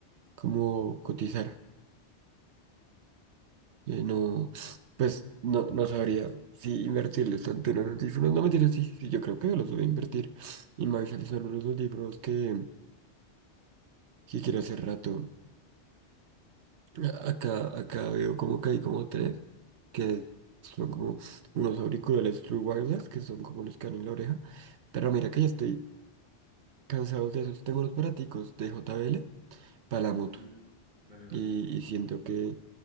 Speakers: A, on the right; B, on the right.
A: como cotizar Eh, no, pues no, no sabría si invertirles tanto en unos audífonos. No, mentira, sí, sí, yo creo que yo los voy a invertir. Y me avisarles son unos audífonos que, que quiero hace rato. A- Acá, acá veo como que hay como tres, que son como unos auriculares True Wireless, que son como los que dan en la oreja. Pero mira que ya estoy cansado de esos. Tengo unos baraticos de J B L para la moto.
B: Mm, vale, vale.
A: y, y siento que,